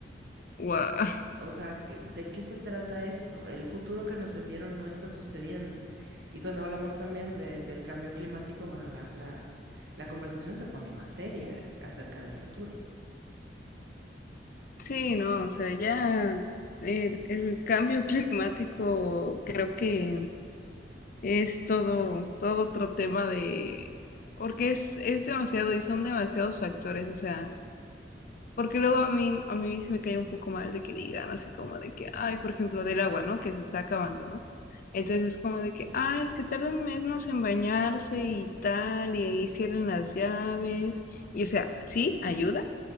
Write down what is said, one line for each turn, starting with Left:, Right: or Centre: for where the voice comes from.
Left: guau.
Right: O, o sea, que- ¿de qué se trata esto? El futuro que nos vendieron no está sucediendo. Y cuando hablamos también de- del cambio climático, bueno, la, la, la conversación se pone más seria acerca del futuro.
Left: Sí, no, o sea, ya el, el cambio <laughs> climático creo que es todo, todo otro tema de, porque es, es demasiado y son demasiados factores, o sea, porque luego a mí, a mí se me cae un poco mal de que digan así como de que, ay, por ejemplo, del agua, ¿no? Que se está acabando, ¿no? Entonces es como de que, ay, es que tardan meses en bañarse y tal, y ahí cierran las llaves, y o sea, sí, ayuda